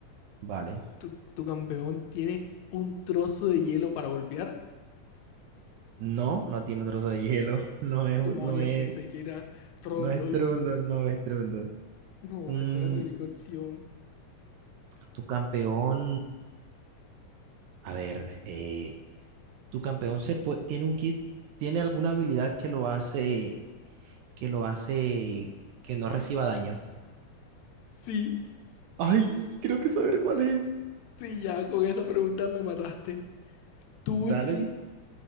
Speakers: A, on the right (about 80°); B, on the left (about 75°).
A: Vale.
B: ¿Tu, tu campeón tiene un trozo de hielo para golpear?
A: No, no tiene trozo de hielo, <laughs> no es,
B: Demonio,
A: no es,
B: pensé que era Trondol.
A: no es Trundle, no es Trundle.
B: No,
A: Mm,
B: esa era mi única opción.
A: tu campeón, a ver, eh, tu campeón se pue- tiene un kit, tiene alguna habilidad que lo hace, que lo hace que no reciba daño.
B: Sí,
A: Ay, creo que saber cuál es.
B: sí, ya con esa pregunta me mataste. ¿Tu ulti
A: Dale.